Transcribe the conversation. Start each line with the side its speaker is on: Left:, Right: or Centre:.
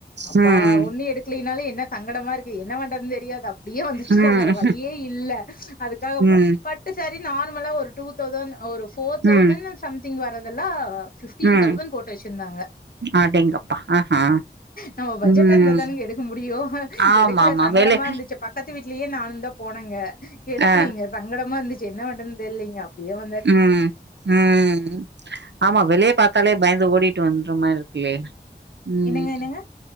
Left: அப்பா
Right: ம்,
Left: ஒன்னு எடுக்லைனாலே என்ன சங்கடமா இருக்கு என்ன பன்றது தெ ரியாது அப்டியே வந்துட்டோ
Right: ம்,
Left: வேற வழியே இல்ல அதுக்காக
Right: ம்,
Left: பட்டு சே ரி நார்மலா ஒரு டூ தௌசண்ட் ஒரு ஃபோர் தௌசணு‌
Right: ம்,
Left: சம்திங் வ ரதல்லா ஃபிஃப்டின்
Right: ம்.
Left: தௌசண்ட் போட்டு வச்சிருந்தாங்க
Right: அடேங்கப்பா! ஆஹா.
Left: நம்ம பட்ஜெட்
Right: ம்.
Left: இருந்தா தானங்க எடுக்க முடியு
Right: ஆமாமா.
Left: எடுக்கல சங்கடமா
Right: விலை
Left: இருந்துச்சு பக்கத்து வீட்லியே நானுந்தா போனெங்க எடுக்லீங்க
Right: ஆ,
Left: சங்கடமா இருந்து ச்சு என்ன பண்றதுன் தெர்லீங் க அப்டியே வ
Right: ம் ம் ஆமா வெலய பாத்தாலே பயந்து ஓ டிட்டு வந்துற மாரி இருக்குலே ம்
Left: என்னங்க என்னங்க